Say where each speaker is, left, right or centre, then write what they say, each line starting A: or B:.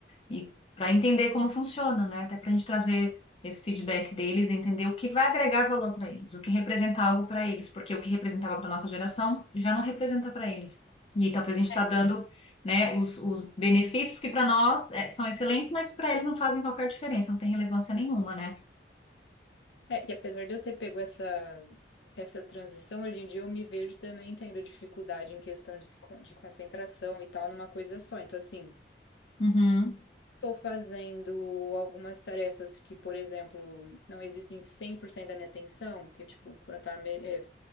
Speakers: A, on the left; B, on the left.
A: e para entender como funciona, né? Até para a gente trazer esse feedback deles, entender o que vai agregar valor para eles, o que representa algo para eles, porque o que representava para nossa geração já não representa para eles. E aí, talvez a gente está
B: É,
A: dando, né, os, os benefícios que para nós é, são excelentes, mas para eles não fazem qualquer diferença, não tem relevância nenhuma,
B: sim.
A: né?
B: É, e apesar de eu ter pego essa, essa transição, hoje em dia eu me vejo também tendo dificuldade em questão de, se con- de concentração e tal numa coisa só. Então, assim.
A: Uhum,
B: Estou fazendo algumas tarefas que, por exemplo, não existem 100% da minha atenção, que, é tipo, quando eu tava me- eh,